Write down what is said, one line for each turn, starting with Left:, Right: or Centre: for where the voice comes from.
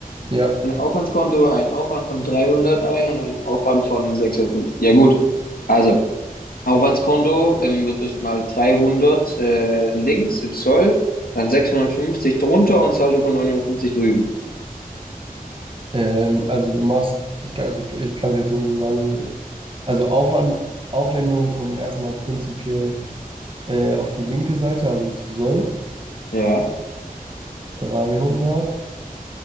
Right: Ja.
Left: Ein Aufwandskonto, einen Aufwand von 300 ein und einen Aufwand von 650. Ja gut, also Aufwandskonto ähm, wird das mal 300 äh, links im Soll, dann 650 drunter und Saldo von 950 drüben.
Right: Ähm, also du machst, ich kann, also ich, ich kann es jetzt nur so sagen, so, also Aufwand, Aufwendungen kommen erstmal prinzipiell äh, auf die linke Seite, also zu Soll.
Left: Ja,
Right: 300,